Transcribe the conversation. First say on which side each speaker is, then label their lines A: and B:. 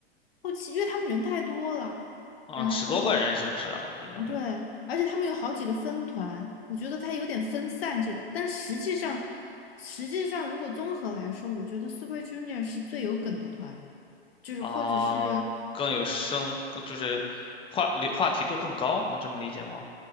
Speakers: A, on the left; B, on the left.
A: 后期，因为他们人太多了，
B: 啊，
A: 然后，
B: 十多个人是不是啊？我印象里
A: 嗯对，而且他们有好几个分团，我觉得它有点分散这个。但实际上，实际上如果综合来说，我觉得 Super Junior 是最有梗的团，就是或者是，
B: 啊，更有声，更就是话流话题度更高，能这么理解吗？